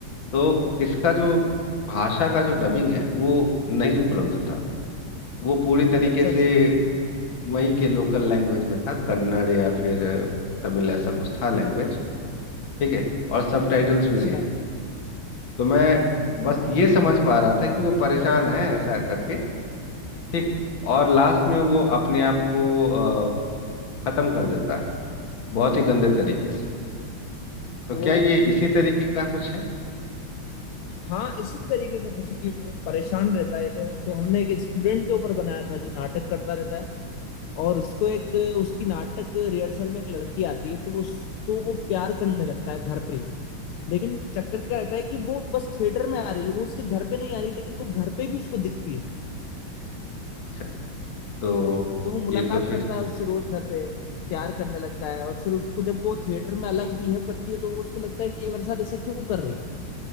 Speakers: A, on the left; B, on the left.
A: तो इसका जो भाषा का जो डबिंग है वो नहीं उपलब्ध था वो पूरी तरीके
B: अच्छा
A: से
B: अच्छा अच्छा
A: वहीं के लोकल लैंग्वेज में था कन्नड़ या फिर तमिल ऐसा कुछ था लैंग्वेज ठीक है और सब टाइटल्स
B: अच्छा,
A: भी नहीं थे तो मैं बस ये समझ पा रहा था कि वो परेशान है ऐसा करके ठीक और लास्ट में वो अपने आप को अ, खत्म कर देता है बहुत ही गंदे तरीके से तो क्या
B: ओ
A: ये इसी तरीके का कुछ है
B: हाँ इसी तरीके का कुछ है कि वो परेशान रहता है एक- तो हमने एक स्टूडेंट के ऊपर बनाया था जो नाटक करता रहता है और उसको एक उसकी नाटक रिहर्सल में एक लड़की आती है तो वो उसको वो प्यार करने लगता है घर पे ही लेकिन चक्कर क्या रहता है कि वो बस थिएटर में आ रही है वो उसके घर पे नहीं आ रही लेकिन वो घर पे भी उसको दिखती है
A: अच्छा तो
B: तो वो मुलाकात
A: ये तो फिर
B: करता है उससे रोज घर पे प्यार करने लगता है और फिर उसको जब वो थिएटर में अलग बिहेव करती है तो उसको लगता है कि ये मेरे साथ ऐसा क्यों कर रही है